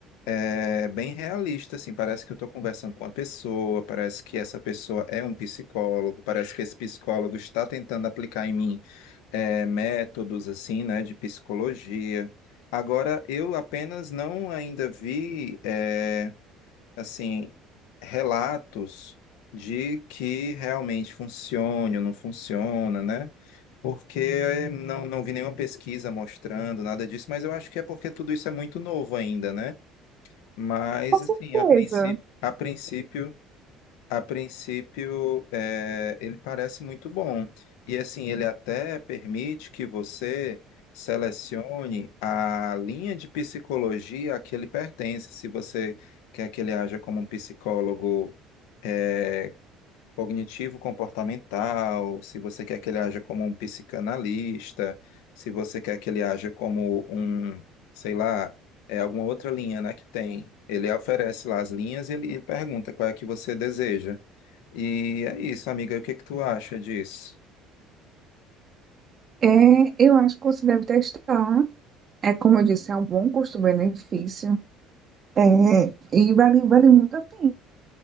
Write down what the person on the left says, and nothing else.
é, bem realista, assim. Parece que eu estou conversando com uma pessoa, parece que essa pessoa é um psicólogo, parece que esse psicólogo está tentando aplicar em mim é, métodos, assim, né, de psicologia. Agora, eu apenas não ainda vi. é, assim, relatos de que realmente funciona ou não funciona, né? Porque não, não vi nenhuma pesquisa mostrando nada disso, mas eu acho que é porque tudo isso é muito novo ainda, né? Mas,
assim, a princípio, a princípio a princípio, é, ele parece muito bom. E assim, ele até permite que você selecione a linha de psicologia a que ele pertence, se você quer que ele haja como um psicólogo é, cognitivo-comportamental, se você quer que ele haja como um psicanalista, se você quer que ele haja como um, sei lá, é alguma outra linha, né, que tem. Ele oferece lá as linhas e ele ele pergunta qual é que você deseja. E é isso, amiga. O que que tu acha disso?